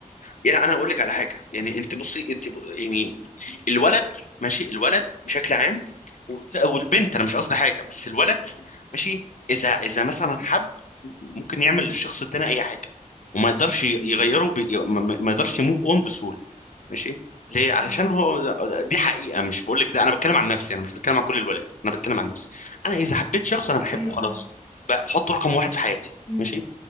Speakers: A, on the left; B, on the left.
A: يعني انا اقول لك على حاجه يعني انت بصي انت ب... يعني الولد ماشي الولد بشكل عام والبنت انا مش قصدي حاجه بس الولد ماشي اذا اذا مثلا حب ممكن يعمل للشخص التاني اي حاجه وما يقدرش يغيره
B: إمم،
A: بي... ما ما- ما يقدرش يموف اون بسهوله ماشي ليه علشان
B: آه،
A: هو دي حقيقه مش بقول لك ده انا بتكلم عن نفسي انا مش بتكلم عن كل الولاد انا بتكلم عن نفسي انا اذا حبيت شخص انا بحبه
B: أيوه
A: خلاص
B: فاهمة،
A: ب- بحطه رقم واحد في حياتي
B: إمم،
A: ماشي